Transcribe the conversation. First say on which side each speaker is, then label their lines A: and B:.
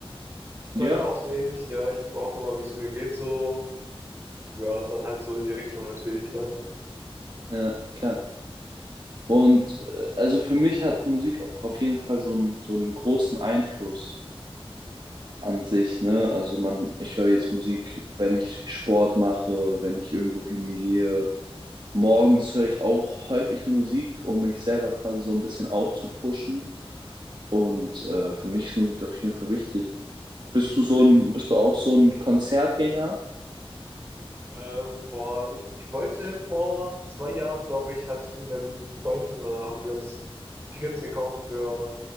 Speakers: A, on the right (about 25°); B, on the right (about 50°).
A: ist bei
B: ja,
A: mir auch so ähnlich, ja. Ich gucke auch immer, wie es mir geht, so. Ja, dann halt so in die Richtung natürlich, ne?
B: ja, klar. Und äh, also für mich hat Musik auch auf jeden Fall so einen, so einen großen Einfluss an sich, ne? Also man, ich höre jetzt Musik, wenn ich Sport mache, wenn ich irgendwo hingehe, Morgens höre ich auch häufig Musik, um mich selber quasi so ein bisschen aufzupushen. Und äh, für mich ist Musik auf jeden Fall wichtig. Bist du so
A: Nee,
B: ein, bist du auch so ein Konzertgänger?
A: Äh, boah, ich, ich wollte vor zwei Jahren, glaube ich, hatte ich mit einem Freund, äh, haben wir uns Tickets gekauft für